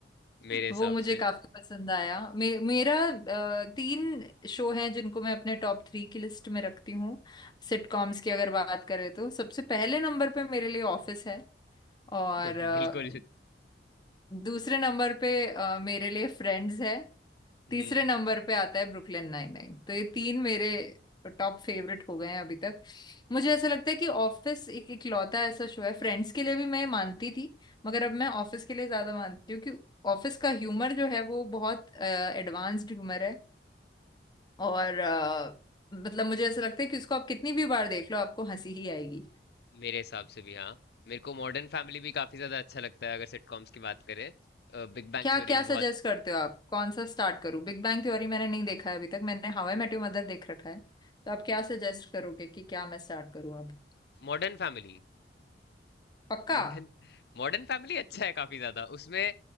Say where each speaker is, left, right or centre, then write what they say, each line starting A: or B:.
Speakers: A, on the left; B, on the left.
A: मेरे हिसाब
B: वो मुझे
A: से
B: काफी पसंद आया मे, मेरा अ, तीन शो हैं जिनको मैं अपने टॉप थ्री की लिस्ट में रखती हूँ सिटकॉम्स की अगर बात करें तो सबसे पहले नंबर पे मेरे लिए ऑफिस है और
A: <laughs>
B: अ,
A: बिल्कुल
B: दूसरे नंबर पे अ, मेरे लिए फ्रेंड्स है तीसरे
A: हम्म
B: नंबर पे आता है ब्रुकलिन नाइन नाइन तो ये तीन मेरे टॉप फेवरेट हो गए हैं अभी तक मुझे ऐसा लगता है कि ऑफिस एक इकलौता ऐसा शो है फ्रेंड्स के लिए भी मैं मानती थी मगर अब मैं ऑफिस के लिए ज्यादा मानती हूँ कि ऑफिस का ह्यूमर जो है वो बहुत एडवांस्ड ह्यूमर है और अ, मतलब मुझे ऐसा लगता है कि उसको आप कितनी भी बार देख लो आपको हंसी ही आएगी
A: मेरे हिसाब से भी हाँ मेरे को मॉडर्न फैमिली भी काफी ज्यादा अच्छा लगता है अगर सिटकॉम्स की बात करें बिग बैंग
B: क्या
A: थ्योरी
B: क्या
A: भी बहुत
B: सजेस्ट करते हो आप कौन सा स्टार्ट करूं बिग बैंग थ्योरी मैंने नहीं देखा है अभी तक मैंने How I Met Your Mother देख रखा है तो आप क्या सजेस्ट करोगे कि क्या मैं स्टार्ट करूं अब
A: Modern family
B: पक्का
A: Modern modern family अच्छा है काफी ज्यादा उसमें